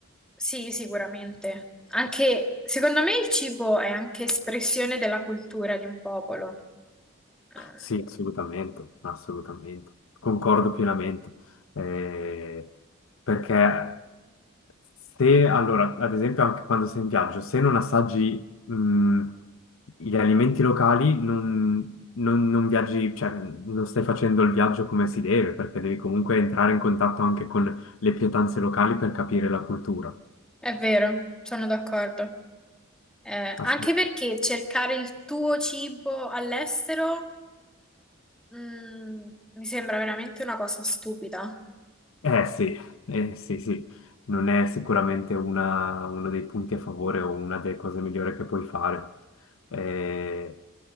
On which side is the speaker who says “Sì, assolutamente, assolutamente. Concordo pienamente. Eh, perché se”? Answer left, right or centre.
Left